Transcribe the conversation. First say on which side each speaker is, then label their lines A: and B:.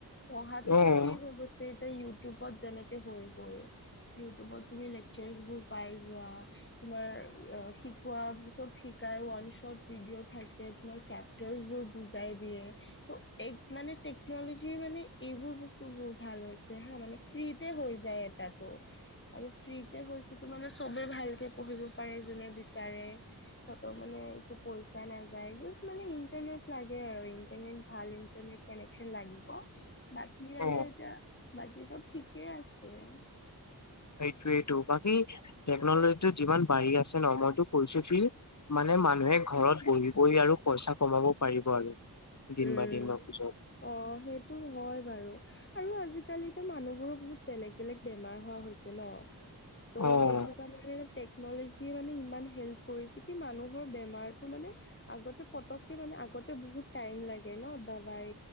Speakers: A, on the left (about 30°); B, on the left (about 50°).
A: পঢ়াটোতো
B: অ',
A: ফ্ৰি হৈ গৈছে এতিয়া ইউটিউবত যেনেকে হৈ গৈ <unintelligible> ইউটিউবত তুমি লেকচাৰবোৰ পাই যোৱা। <unintelligible> তোমাৰ শিকোৱা চব শিকাই ওৱান শ্বট ভিডিঅ' থাকে তোমাৰ চেপ <unintelligible> <unintelligible> টৰচবোৰ বুজাই দিয়ে, তো এক মানে টেকন'ল'জিৰ মানে <inaudible> এইবোৰ বস্তু বহুত ভাল হৈছে হা মানে ফ্ৰীতে হৈ যায় এটাটো। <unintelligible> আৰু ফ্ৰীতে হৈছেতো মানে চবে ভালকে পঢ়িব পাৰে যোনে বেছ <unintelligible> বিচাৰে সিহঁতৰ মানে একো পইচা নাযায়, জাষ্ট মানে ইণ্টাৰনেট লাগে আৰু। <unintelligible> <inaudible> ভাল ইণ্টাৰনেট কানেকশ্বন লাগিব বাকী মানে
B: অ'।
A: এতিয়া <unintelligible> বাকী চব ঠিকে আছে। <inaudible>
B: সেইটোৱেইটো বাকী টেকনলজিটো যিমান <unintelligible> পঢ়ি আছে নমৰটো কৰিছে কি মানে মানুহে ঘৰত বহি <unintelligible> <inaudible> আৰু পইচা কমাব পাৰিব আৰু। দিন
A: উম।
B: বা দিনৰ পিছত।
A: অ সেইটো হয় বাৰু আৰু আজিকালিতো মানুহ <unintelligible> <inaudible> বহুত বেলেগ-বেলেগ বেমাৰ হোৱা হৈছে ন ত'
B: অ',
A: সেইটো কাৰণে মানে। টেকন'লজীয়ে মানে ইমান হেল্প কৰিছে কি মানুহৰ বেমাৰটো মানে <unintelligible> আগতে পতককে মানে আগতে বহুত <inaudible> টাইম লাগে ন দাবাই,